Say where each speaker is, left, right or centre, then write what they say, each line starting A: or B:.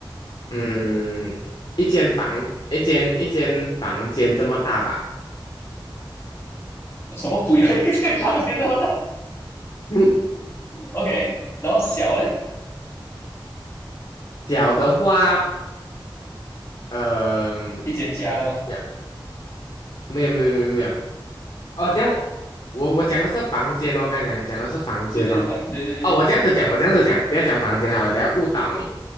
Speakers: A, on the left (about 65°); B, on the left (about 30°).
A: 嗯，一间房，一间一间房间这么大吧。
B: 什么鬼啊？<laughs> 间房间这么大
A: <laughs>
B: ？OK，然后小嘞，
A: 小的话，呃，
B: 一间家那么，
A: 这样没有没有没有没有，哦，这样我我讲的是房间哦，刚才讲讲的是房间哦。
B: 对对房，对对对
A: 哦，我这样子讲，我这样子讲，不要讲房间好了，等下误导你。